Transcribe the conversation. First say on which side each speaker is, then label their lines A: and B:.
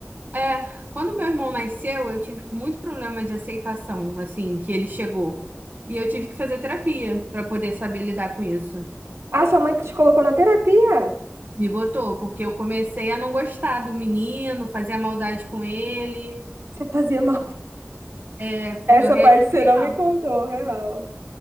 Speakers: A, on the right; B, on the right.
A: é, quando meu irmão nasceu, eu tive muito problema de aceitação, assim, que ele chegou. E eu tive que fazer terapia para poder saber lidar com isso.
B: Ah, sua mãe que te colocou na terapia? <laughs>
A: Me botou, porque eu comecei a não gostar do menino, fazia maldade com ele,
B: Você fazia mal.
A: é,
B: Essa
A: eu reagi
B: parte você
A: bem
B: não
A: mal.
B: me contou, real.